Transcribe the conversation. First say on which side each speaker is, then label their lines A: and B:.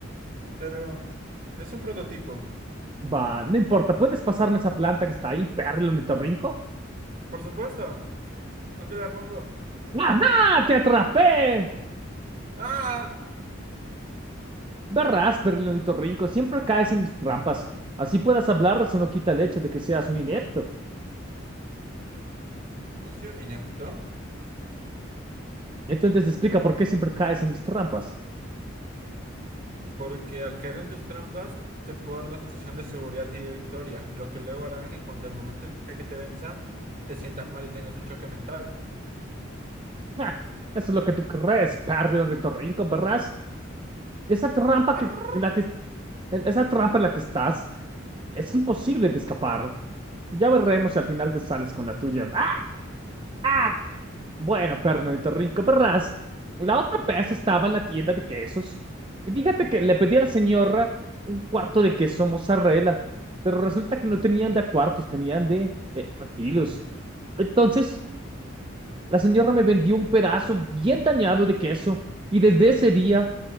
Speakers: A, on the right; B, on the right.
A: pero es un prototipo.
B: Va, no importa, ¿puedes pasarme esa planta que está ahí, perril ornitorrinco?
A: Por supuesto, ¿dónde la pongo?
B: ¡Ajá! ¡Te atrapé!
A: ¡Ah!
B: Verás, ornitorrinco, siempre caes en mis trampas. Así puedas hablar, eso no quita el hecho de que seas un inepto.
A: No soy un inepto,
B: Entonces explica por qué siempre caes en mis trampas.
A: porque al caer en tus trampas te puedo dar una sensación de seguridad y de victoria, lo que luego hará que cuando el momento de que te venza te sientas mal y tengas un choque mental.
B: Ah, eso es lo que tú crees, ornitorrinco, verás. Esa trampa
A: Brr.
B: que, en la que, en esa trampa en la que estás, es imposible de escapar. Ya veremos si al final te sales con la tuya. ¡Ah! ¡Ah! Bueno, Pernito Rico Perras, la otra vez estaba en la tienda de quesos. Y fíjate que le pedí a la señora un cuarto de queso mozzarella, pero resulta que no tenían de a cuartos, tenían de eh, a kilos. Entonces, la señora me vendió un pedazo bien dañado de queso y desde ese día